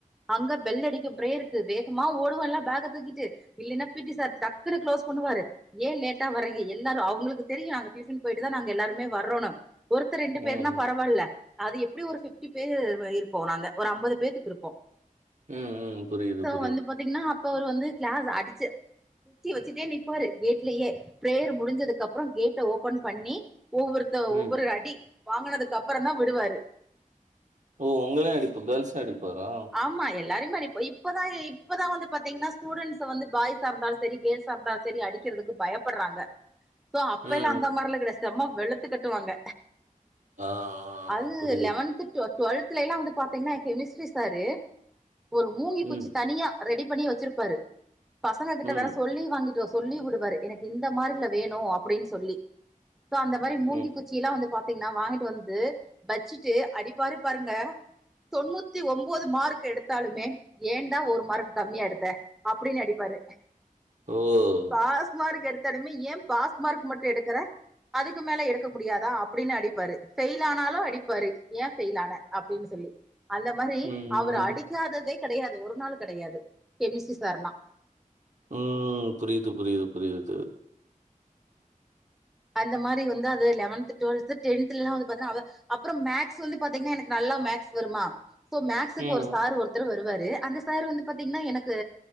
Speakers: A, in the centre; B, on the right.
A: அங்க பெல் அடிக்கு பிரேயர்க்கு வேகமா ஓடுவோ எல்லா பேக தூக்கிட்டு இல்லன்னா பீட்டி சார் டக்குன்னு க்ளோஸ் பண்ணுவாரு ஏ லேட்டா வரீக எல்லாரு அவங்களுக்கு தெரியு அங்க டியூஷன் போயிட்டுதா நாங்க எல்லாருமே வரோனு ஒருத்தர் ரெண்டு
B: ம்,
A: பேருன்னா பரவால்ல அது எப்டியு ஒரு ஃபிப்டி பேர் இருப்போ நாங்க ஒரு அம்பது பேத்துக்கு இருப்போ
B: ம், ம். புரியுது,
A: சோ
B: புரியுது.
A: வந்து பாத்தீங்கன்னா அப்ப அவரு வந்து கிளாஸ் அடிச்சு குச்சி வச்சுட்டே நிப்பாரு கேட்லயே பிரேயர் முடிஞ்சதுக்கு அப்பற கேட்ட ஓபன் பண்ணி ஒவ்வொரு
B: ம்.
A: ஒவ்வொரு அடி வாங்கினதுக்கு அப்பற தா விடுவாரு
B: ஓ உங்களயு அடிப்பு கேல்ஸ்சயு அடிப்பாரா
A: ஆமா எல்லாருமாரி போயி இப்பதா இப்பதா வந்து பாத்தீங்னா ஸ்டூடெண்ட்ஸ வந்து பாய்ஸா இருந்தாலு சரி கேள்ஸ் ஸார்தாலு சரி அடிக்கிறதுக்கு பயப்பறாங்க சோ அப்பெல்லா
B: ம்,
A: அந்த
B: ம்.
A: மாரிலா கெடையாது செம வெளுத்து கட்டுவாங்க
B: ஆ, ஆ
A: அது
B: புரியுது.
A: லெவன்து டு டுவல்துல எல்லா வந்து பாத்தீங்னா கெமிஸ்ட்ரி சாரு ஒரு மூங்கி குச்சி
B: ம்,
A: தனியா ரெடி பண்ணி வச்சிருப்பாரு பசங்க கிட்ட
B: ம்,
A: வேற சொல்லி வாங்கிட்டு வ சொல்லி வுடுவாரு எனக்கு இந்த மாரில வேணு அப்டீன் சொல்லி சோ அந்த மாரி மூங்கி
B: ம்.
A: குச் சியெல்லா வந்து பாத்தீங்னா வாங்கிட்டு வந்து வச்சிட்டு அடிப்பாரு பாருங்க தொண்ணூத் தி ஒம்போது மார்க் எடுத்தாலுமே ஏன்டா ஒரு மார்க் கம்மியா எடுத்த அப்டீன் அடிப்பாரு
B: ஓ!
A: பாஸ்மார்க் எடுத் தாலுமே ஏ பாஸ் மார்க் மட்டு எடுக்கற அதுக்கு மேல எடுக்க முடியாதா அப்டினு அடிப்பாரு ஃபெயில் ஆனாலு அடிப்பாரு ஏ ஃபெயில் ஆன அப்டினு சொல்லி அந்த மாரி
B: ம்,
A: அவரு
B: ம்.
A: அடிக்காததே கெடையாது ஒரு நாளு கெடையாது கெமிஸ்ட்ரி சார்னா
B: ம் புரியுது புரியுது புரியுது
A: அந்த மாரி வந்து அது லெவன்த்து டுவல்த்து டென்த்தெல்லா வந்து பாத்தனா அவ அப்புற மேக்ஸ் வந்து பாத்தீங்ன்னா எனக்கு நல்லா மேக்ஸ் வருமா சோ மேக்ஸுக்கு
B: ம்.
A: ஒரு சார் ஒருத்தரு வருவாரு அந்த சார் வந்து பாத்தீங்ன்னா எனக்கு